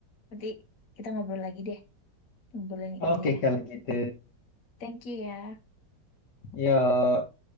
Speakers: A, on the left; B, on the left.
A: Nanti kita ngobrol lagi deh. Ngobrolin
B: Oke
A: ini ya.
B: kalau gitu.
A: Thank you ya.
B: Yuk.